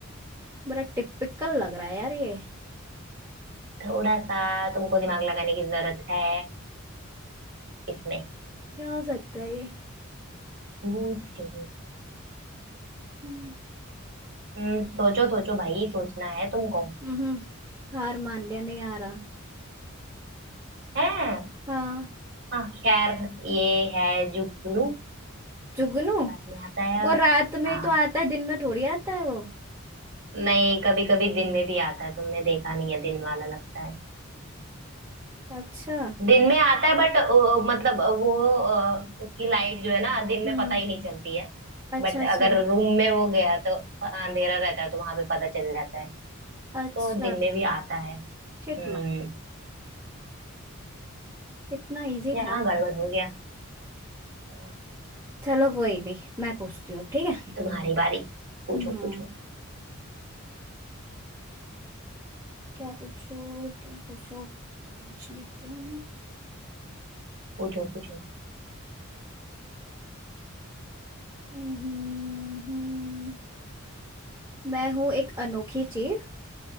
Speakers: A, on the right; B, on the right.
A: बड़ा टिपिकल लग रहा है यार ये
B: थोड़ा सा तुमको दिमाग लगाने की जरूरत है इसमें
A: क्या हो सकता है ये
B: पूछो
A: हम्म,
B: हम्म सोचो सोचो भाई सोचना है तुमको
A: हम्म, हार मान लिया नहीं आ रहा
B: है
A: हाँ
B: हाँ खैर ये है जुगनू
A: जुगनू
B: रात में आता है
A: वो रात में
B: हाँ
A: ही तो आता है दिन में थोड़ी आता है वो
B: नहीं कभी कभी दिन में भी आता है तुमने देखा नहीं है दिन वाला लगता है
A: अच्छा
B: दिन में आता है बट मतलब वो अ, उसकी लाइट जो है ना दिन
A: हम्म
B: में पता ही नहीं चलती है
A: अच्छा
B: बट
A: अच्छा
B: अगर रूम में वो गया तो अंधेरा रहता है तो वहां पे पता चल जाता है
A: अच्छा
B: तो दिन में भी आता है हम्म
A: Shit man इतना इजी
B: यहाँ
A: था
B: गड़बड़ हो गया अ,
A: चलो कोई नहीं मैं पूछती हूँ अब, ठीक है
B: तुम्हारी बारी पूछो
A: हम्म
B: पूछो
A: क्या पूछो क्या पूछो सोच लेती हूँ
B: पूछो पूछो
A: हम्म, हम्म, हम्म। मैं हूँ एक अनोखी चीज